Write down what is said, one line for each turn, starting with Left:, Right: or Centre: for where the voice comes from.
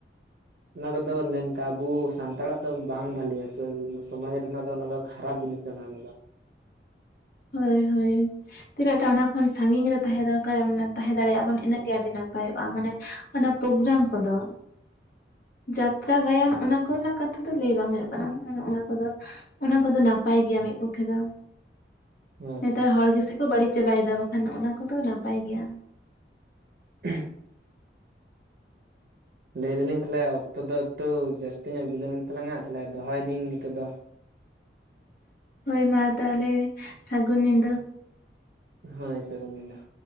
Right: ᱚᱱᱟ ᱠᱚᱫᱚ ᱱᱚᱝᱠᱟ ᱟᱵᱚ ᱥᱟᱱᱛᱟᱲᱟᱜ ᱫᱚ ᱵᱟᱝ ᱵᱷᱟᱞᱮᱭᱟ ᱥᱮ ᱥᱚᱢᱟᱡᱽ ᱨᱮᱱᱟᱜ ᱫᱚ ᱚᱱᱟ ᱫᱚ ᱠᱷᱟᱨᱟᱯ ᱡᱤᱱᱤᱥ ᱠᱟᱱᱟ ᱚᱱᱟ ᱫᱚ
Left: ᱦᱚᱭ-ᱦᱚᱭ ᱛᱤᱱᱟᱹᱜ ᱚᱱᱟ ᱠᱷᱚᱱ ᱥᱟᱺᱜᱤᱧ ᱨᱮ ᱛᱟᱦᱮᱸ ᱫᱚᱨᱠᱟᱨ ᱛᱟᱦᱮᱸ ᱫᱟᱲᱮᱭᱟᱜᱼᱟ ᱵᱚᱱ ᱤᱱᱟᱹᱜ ᱜᱮ ᱟᱹᱰᱤ ᱱᱟᱯᱟᱭᱚᱜᱼᱟ ᱢᱟᱱᱮ ᱚᱱᱟ ᱯᱨᱚᱜᱨᱟᱢ ᱠᱚᱫᱚ ᱡᱟᱛᱨᱟ ᱜᱟᱭᱟᱱ ᱚᱱᱟ ᱠᱚᱨᱮᱱᱟᱜ ᱠᱟᱛᱷᱟ ᱫᱚ ᱞᱟᱹᱭ ᱵᱟᱝ ᱦᱩᱭᱩᱜ ᱠᱟᱱᱟ ᱚᱱ-ᱚᱱᱟ ᱠᱚᱫᱚ ᱚᱱᱟ ᱠᱚᱫᱚ ᱱᱟᱯᱟᱭ ᱜᱮᱭᱟ ᱢᱤᱫ ᱯᱚᱠᱷᱮ ᱫᱚ
Right: ᱦᱳᱭ
Left: ᱱᱮᱛᱟᱨ ᱦᱚᱲ ᱜᱮᱥᱮ ᱠᱚ ᱵᱟᱹᱲᱤᱡ ᱪᱟᱵᱟᱭᱮᱫᱟ ᱵᱟᱠᱷᱟᱱ ᱱᱚᱜ-ᱱᱚᱣᱟ ᱠᱚᱫᱚ ᱱᱟᱯᱟᱭ ᱜᱮᱭᱟ
Right: ᱪᱮᱫ ᱦᱚᱸ ᱵᱟᱝ ᱞᱟᱹᱭ ᱮ ᱫᱟᱞᱤᱧ ᱛᱟᱦᱚᱞᱮ ᱚᱠᱛᱚ ᱫᱚ ᱮᱠᱴᱩ ᱡᱟᱹᱥᱛᱤ ᱧᱚᱜ ᱵᱤᱞᱚᱢ ᱮᱱ ᱛᱟᱞᱟᱝᱟ ᱛᱟᱦᱚᱞᱮ ᱫᱚᱦᱚᱭᱮᱫᱟᱹᱧ ᱱᱤᱛᱚᱜ ᱫᱚ
Left: ᱦᱚᱭ ᱢᱟ ᱛᱟᱦᱚᱞᱮ ᱥᱟᱹᱜᱩᱱ ᱧᱤᱫᱟᱹ
Right: ᱦᱚᱭ ᱥᱟᱹᱜᱩᱱ ᱱᱤᱫᱟᱹ